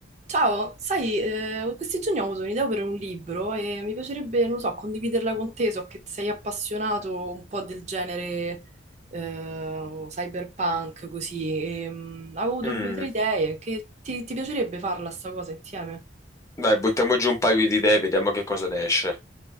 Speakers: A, on the right; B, on the left.
A: Ciao, sai, eh, questi giorni ho avuto un'idea per un libro e mi piacerebbe, non lo so, condividerla con te, so che sei appassionato un po' del genere eh, cyberpunk, così. E, mm, avevo avuto
B: Mm.
A: due o tre idee, che ti, ti piacerebbe farla sta cosa insieme?
B: Dai, buttiamo giù un paio di idee, vediamo che cosa ne esce.